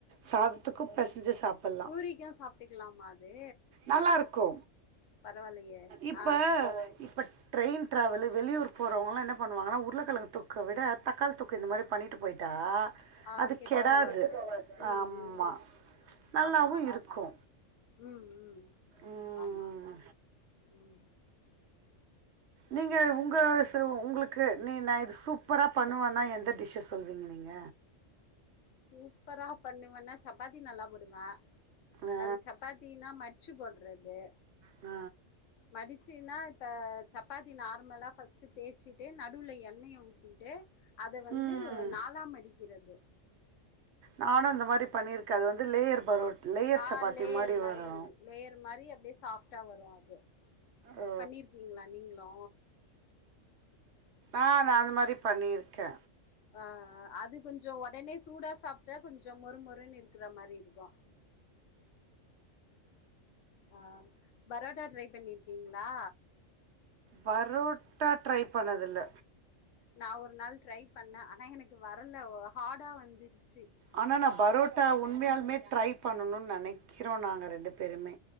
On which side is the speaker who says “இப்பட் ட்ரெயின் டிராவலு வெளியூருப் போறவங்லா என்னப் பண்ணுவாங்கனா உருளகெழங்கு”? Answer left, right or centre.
Right